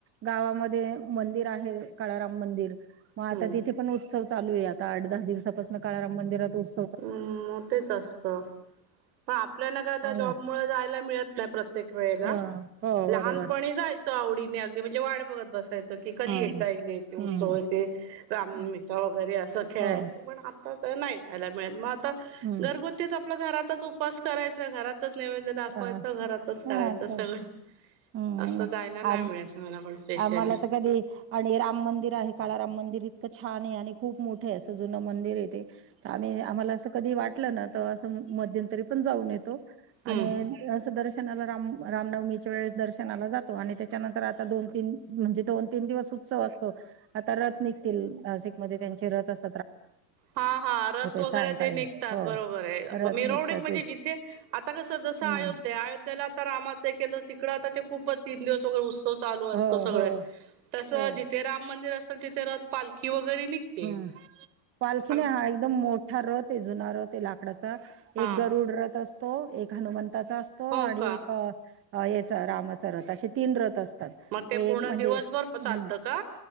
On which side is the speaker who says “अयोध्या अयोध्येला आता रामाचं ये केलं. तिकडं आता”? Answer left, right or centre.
Right